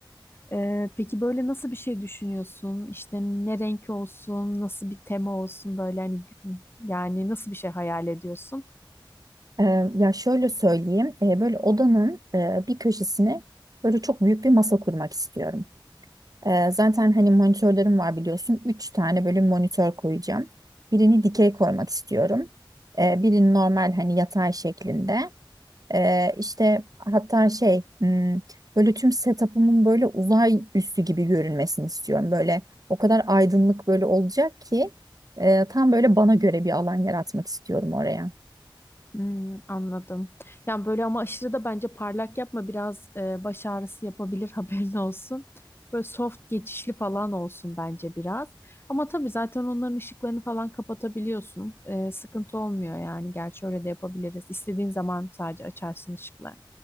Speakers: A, on the left; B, on the right.
A: Ee, peki böyle nasıl bir şey düşünüyorsun? İşte ne renk olsun, nasıl bir tema olsun böyle hani gü- yani nasıl bir şey hayal ediyorsun?
B: Ee, ya şöyle söyleyeyim. Ee, böyle odanın e, bir köşesine böyle çok büyük bir masa kurmak istiyorum. Ee, zaten hani monitörlerim var biliyorsun. Üç tane böyle monitör koyacağım. Birini dikey koymak istiyorum. Ee, birini normal hani yatay şeklinde. Ee, işte hatta şey hmm, böyle tüm setup'ımın böyle uzay üssü gibi görünmesini istiyorum. Böyle o kadar aydınlık böyle olacak ki e, tam böyle bana göre bir alan yaratmak istiyorum oraya.
A: Hmm, anladım. Yani böyle ama aşırı da bence parlak yapma biraz e, baş ağrısı yapabilir <laughs> haberin olsun. Böyle soft geçişli falan olsun bence biraz. Ama tabii zaten onların ışıklarını falan kapatabiliyorsun. Ee, sıkıntı olmuyor yani. Gerçi öyle de yapabiliriz. İstediğin zaman sadece açarsın ışıkları.